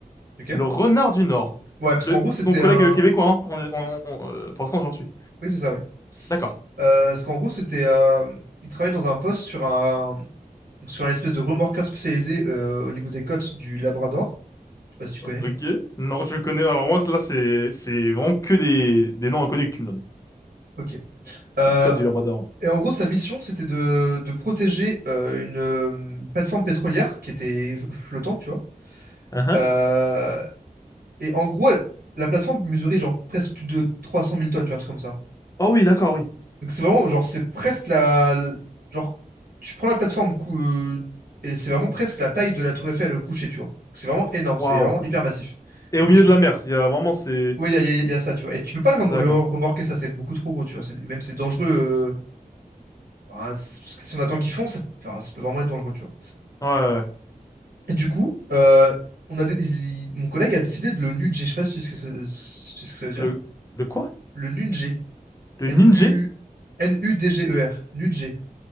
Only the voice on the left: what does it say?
Le renard du Nord.
Le,
ton collègue
euh, québécois, hein. On est- on- on- euh, pour l'instant, j'en suis.
D'accord.
Ok. Non, je connais. Alors moi, là, c'est c'est vraiment que des des noms inconnus que tu me donnes.
Les codes du Labrador.
Mhm.
Oh oui, d'accord, oui.
Waouh.
Et
au milieu
de la mer, il y a vraiment ces.
D'accord.
Ouais. ouais.
Le le quoi?
Le
ninja.